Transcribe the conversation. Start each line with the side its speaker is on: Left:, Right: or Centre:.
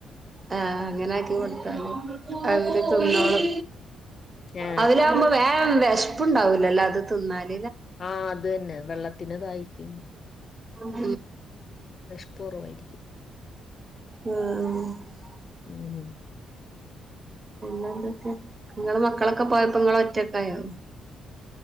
Right: ആഹ അങ്ങനെ ആക്കി കൊടുത്താലും അവര് തൊന്നോളം
Left: ആ
Right: അതിലകുമ്പോ വേ വിഷപ്പുണ്ടാവൂലല്ലോ അത് തിന്നാല്
Left: ആഹ അത് തന്നെ വെള്ളത്തിന് കായിക്കൂ
Right: ഉം
Left: ബഷ്പൂറവായിരിക്കും
Right: ആഹ
Left: ഉം
Right: നിന്തൊക്കെ നിങ്ങളടെ മക്കളൊക്കെ പോയപ്പോ നിങ്ങള ക്കായോ